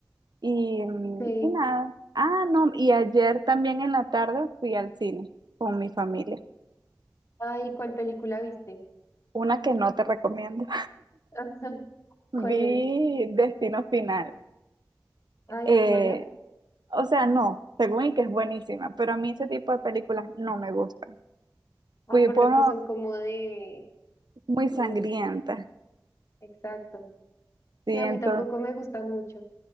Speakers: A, on the right; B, on the left.
A: y, mm,
B: Sí.
A: y nada. Ah, no, y ayer también en la tarde fui al cine con mi familia,
B: Ay, ¿cuál película viste?
A: una que no te recomiendo.
B: <laughs> Ajá. ¿Cuál
A: Vi
B: es?
A: Destino Final.
B: Ay,
A: Eh,
B: ¿es mala?
A: o sea, no, según y que es buenísima, pero a mí ese tipo de películas no me gustan.
B: Ah,
A: Fui
B: por
A: por
B: lo que son como de...
A: muy sangrienta,
B: Como... Exacto.
A: ¿sí?
B: Sí, a
A: Entonces,
B: mí tampoco me gustan mucho.